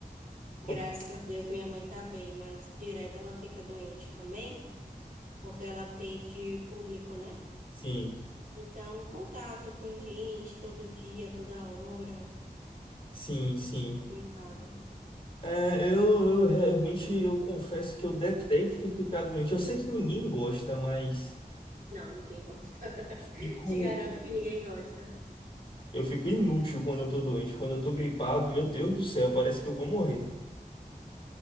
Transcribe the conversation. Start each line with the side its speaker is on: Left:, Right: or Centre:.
Left: Compli-
Right: Graças a Deus minha mãe tá bem, mas direto ela fica doente também, porque ela atende público, né?
Left: Sim,
Right: Então, contato com gente todo dia, toda hora,
Left: sim, sim.
Right: é complicado.
Left: É, eu, eu realmente eu confesso que eu detesto ficar doente. Eu sei que ninguém gosta, mas
Right: Não, ninguém gosta. <laughs>
Left: fico,
Right: Te garanto que ninguém gosta.
Left: eu fico inútil quando eu tô doente. Quando eu tô gripado, meu Deus do céu, parece que eu vou morrer.